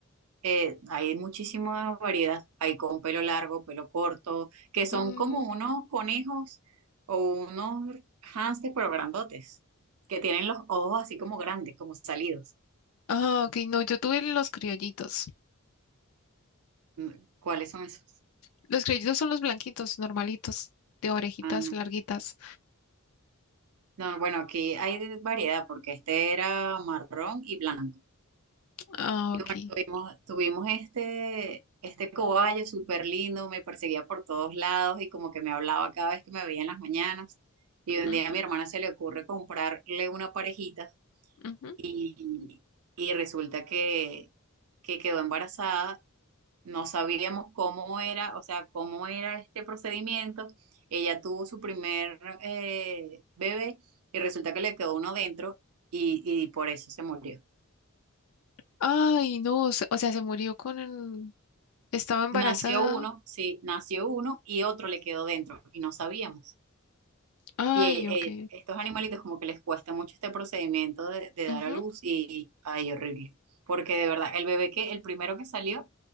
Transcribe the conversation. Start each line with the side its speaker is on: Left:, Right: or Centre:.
Right: eh, hay muchísima variedad. Hay con pelo largo, pelo corto, que son
Left: Mm,
Right: como unos conejos o unos hámster, pero grandotes, que tienen los ojos así como grandes, como salidos.
Left: ah, ok, no, yo tuve los criollitos.
Right: Mm, ¿Cuáles son esos?
Left: Los criollitos son los blanquitos, normalitos, de orejitas
Right: Ah, no.
Left: larguitas.
Right: No, bueno, aquí hay de- variedad porque este era marrón y blanco.
Left: Ah,
Right: Y
Left: ok.
Right: bueno, tuvimos, tuvimos este, este cobayo súper lindo, me perseguía por todos lados y como que me hablaba cada vez que me veía en las mañanas. Y un
Left: Ujú,
Right: día a mi hermana se le ocurre comprarle una parejita
Left: ujú.
Right: y, y resulta que, que quedó embarazada. No sabíamos cómo era, o sea, cómo era este procedimiento. Ella tuvo su primer eh, bebé y resulta que le quedó uno dentro y, y por eso se murió.
Left: Ay, no, se- o sea, se murió con... el- Estaba embarazada.
Right: Nació uno, sí, nació uno y otro le quedó dentro y no sabíamos.
Left: Ay,
Right: Y eh,
Left: ok.
Right: eh, estos animalitos como que les cuesta mucho este procedimiento de, de
Left: Ujú,
Right: dar a luz y, ay, horrible. Porque de verdad, el bebé que, el primero que salió,